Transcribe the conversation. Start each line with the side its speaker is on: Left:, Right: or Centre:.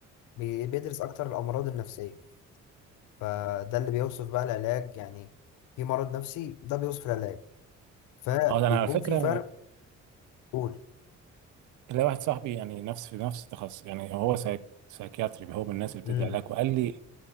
Left: بي- بيدرس أكتر الأمراض النفسية فده اللي بيوصف بقى العلاج يعني في مرض نفسي ده بيوصف العلاج فبيكون
Right: اه ده انا على فكره
Left: في فرق قول
Right: تلاقي واحد صاحبي يعني نفس في نفس التخصص يعني هو سايك- سايكياتري هو من الناس اللي بتدي
Left: امم
Right: علاج وقال لي